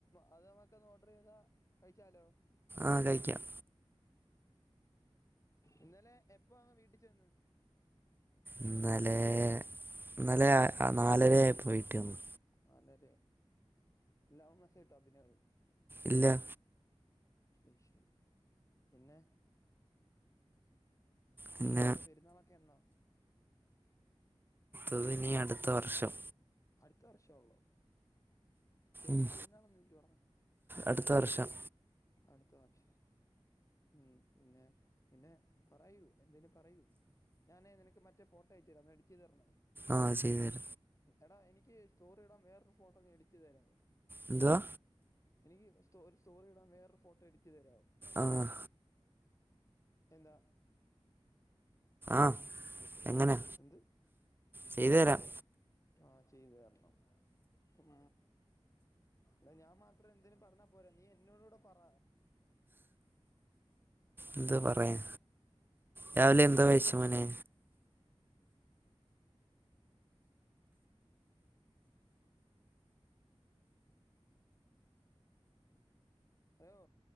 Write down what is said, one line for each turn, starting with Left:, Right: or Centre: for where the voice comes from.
Left: അത് നമ്മക്ക് ഒന്ന് ഓർഡർ ചെയ്താ കഴിച്ചാലോ
Right: ആ കഴിക്കാം
Left: ഇന്നലെ എപ്പോ അങ് വീട്ടിൽ ചെന്ന്
Right: ഇന്നലെ ഇന്നലെ നാലരയായപോ വീട്ടി വന്നു
Left: നാലരെ ല്ല അവൻ മെസ്സേജ് ഇട്ടോ അഭിനവ
Right: ഇല്ല
Left: അയ്ശരി പിന്നെ
Right: പിന്നെ
Left: ഇനി അടുത്ത പെരുന്നാളൊക്കെ എന്നാ
Right: അത് ഇനി അടുത്ത വർഷം
Left: അടുത്ത വർഷേഒള്ളോ ചെറിയ
Right: ഉം
Left: പെരുന്നാളൊന്നുല്യോടാ
Right: അടുത്ത വർഷം
Left: അടുത്ത വർഷം, ഉം പിന്നെ പിന്നെ പറയൂ എന്തേലും പറയൂ, ഞാനേ നിനക്ക് മറ്റേ ഫോട്ടോ അയച്ചു തരാ അന്നൊ എടിറ്റെയ്തു തർണേ
Right: ആഹ്‌ അത് ചെയ്തു തര
Left: എടാ എനിക്ക് സ്റ്റോറി ഇടാൻ വേറൊരു ഫോട്ടോ നീഎഡിറ്റ് ചെയ്ത് തരാവൊ
Right: എന്തുവാ
Left: എനിക്ക് ഒ സ്റ്റോ ഒരു സ്റ്റോറി ഇടാൻ വേറൊരു ഫോട്ടോ എഡിറ്റ് ചെയ്ത് തരാവൊ
Right: ആഹ്
Left: എന്താ
Right: ആഹ്‌ എങ്ങനെ
Left: എന്ത്
Right: ചെയ്തു തരാം
Left: ആഹ്‌ ചെയ്തു തരണം ഉം എട ഞാൻ മാത്രം എന്തേലും പർഞ്ഞാ പോരാ നീ എന്നോടൂടെ പറ
Right: എന്ത് പറയാൻ രാവിലെ എന്തോ കഴിച്ച് മോനെ
Left: ഹലോ